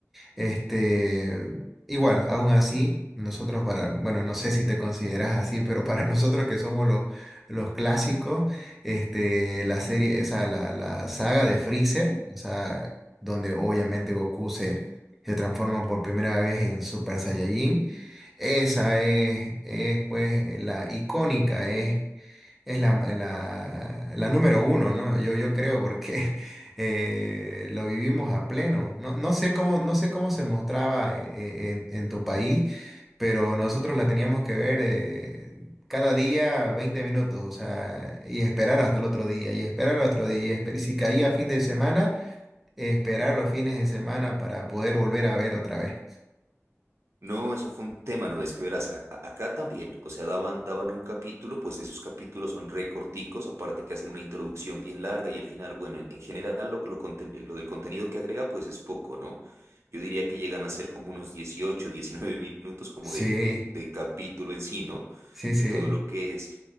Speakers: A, in the centre; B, on the right.
A: Este, igual, aún así, nosotros para, bueno, no sé si te consideras así, pero para <laughs> nosotros que somos los, los clásicos, este, la serie, o sea, la, la saga de Freezer, o sea, donde obviamente Goku se, se transforma por primera vez en Super Saiyajin, esa es, es pues la icónica, es. Es la, la- la número uno, ¿no? Yo, yo creo porque <laughs> eh, lo vivimos a pleno. No, no sé cómo, no sé cómo se mostraba eh, eh, en, en tu país, pero nosotros la teníamos que ver eh, cada día 20 minutos, o sea, y esperar hasta el otro día, y esperar al otro día, y, esper- y si caía fin de semana, esperar los fines de semana para poder volver a ver otra vez.
B: No, eso fue un tema, no es que verás, a- a- acá también, o sea, daban, daban un capítulo, pues esos capítulos son recorticos, aparte que hacen una introducción bien larga y el final, bueno, en, en general lo, lo, conten- lo del contenido que agrega, pues es poco, ¿no? Yo diría que llegan a ser como unos 18, 19 minutos como
A: Sí,
B: de, de, de capítulo en sí, ¿no?
A: sí, sí,
B: De todo lo que es.